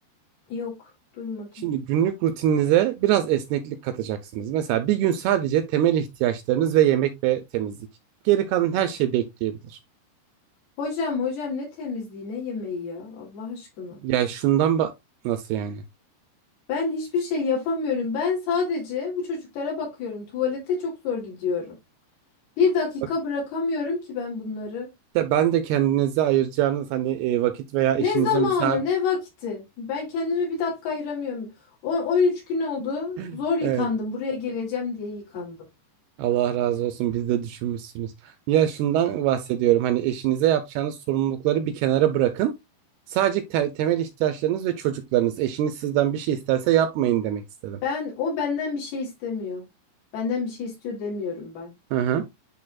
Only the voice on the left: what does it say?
yok duymadım.
Hocam hocam ne temizliği ne yemeği ya Allah aşkına.
Ben hiçbir şey yapamıyorum. Ben sadece bu çocuklara bakıyorum. Tuvalete çok zor gidiyorum. Bir dakika
bırakamıyorum ki ben bunları.
Ne zamanı,
ne vakti. Ben kendimi bir dakika ayıramıyorum. O 13 gün oldu.
Zor yıkandım.
Buraya geleceğim diye yıkandım.
Ben o benden bir şey istemiyor. Benden bir şey istiyor demiyorum ben.